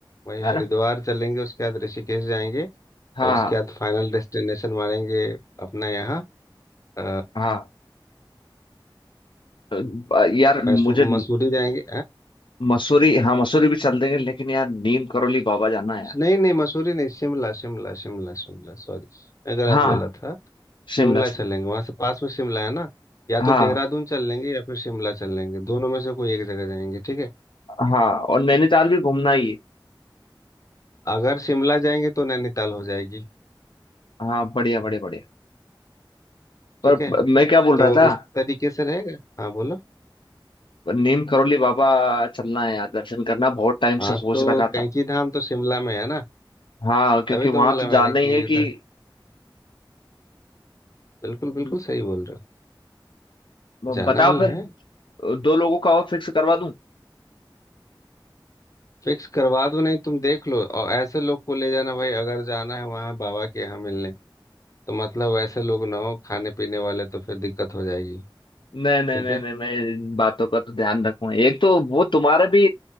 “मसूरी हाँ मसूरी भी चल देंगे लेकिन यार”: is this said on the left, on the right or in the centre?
Left